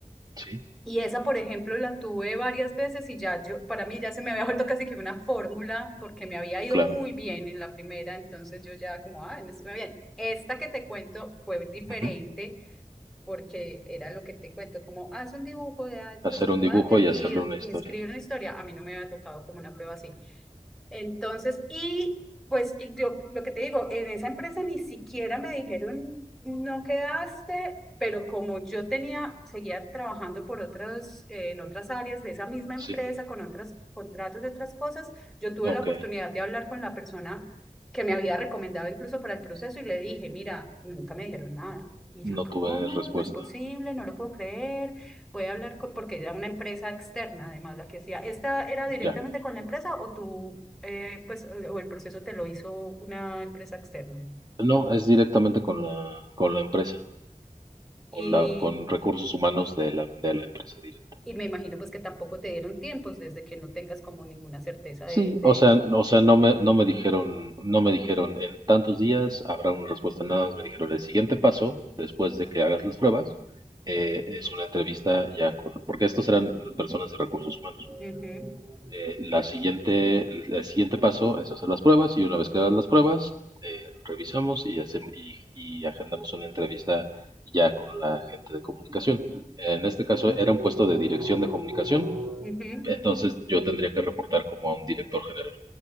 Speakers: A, on the right; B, in the centre.
A: Sí,
B: Y esa, por ejemplo, la tuve varias veces y ya yo, para mí ya se me había vuelto casi que una fórmula porque me había ido
A: claro.
B: muy bien en la primera, entonces yo ya como, ah, me estuve bien. Esta que te cuento fue diferente
A: Ujú.
B: porque era lo que te cuento, como haz un dibujo de algo,
A: Hacer
B: pues como
A: un dibujo
B: alguien
A: y hacerle
B: y,
A: una
B: y
A: historia.
B: escribe una historia. A mí no me había tocado como una prueba así. Entonces, y pues y yo lo que te digo, en esa empresa ni siquiera me dijeron, no quedaste, pero como yo tenía, seguía trabajando por otros, eh, en otras áreas de esa misma empresa,
A: Sí,
B: con otros contratos de otras cosas, yo tuve
A: ok.
B: la oportunidad de hablar con la persona que me había recomendado incluso para el proceso y le dije, mira, nunca me dijeron nada. Y ya,
A: No
B: ¿cómo?
A: tuve respuesta.
B: No es posible, no lo puedo creer puede hablar con, porque era una empresa externa, además, la que hacía. ¿Esta era directamente
A: Ya.
B: con la empresa o tú, eh, pues, o o el proceso te lo hizo una empresa externa?
A: No, es directamente con la, con la empresa,
B: Y,
A: con la, con recursos humanos de la, de la empresa directa.
B: y me imagino, pues, que tampoco te dieron tiempos desde que no tengas como ninguna certeza
A: Sí,
B: de, de...
A: o sea, o sea, no me, no me dijeron, no me dijeron en tantos días habrá una respuesta, nada más me dijeron el siguiente paso, después de que hagas las pruebas, eh, es una entrevista ya con, porque estos eran personas de recursos humanos.
B: Ujú,
A: Eh, la siguiente, el el siguiente paso es hacer las pruebas y una vez que hagas las pruebas, eh, revisamos y, hacemos, y, y agendamos una entrevista ya con la gente de comunicación. En este caso era un puesto de dirección de comunicación,
B: ujú,
A: entonces yo tendría que reportar como a un director general.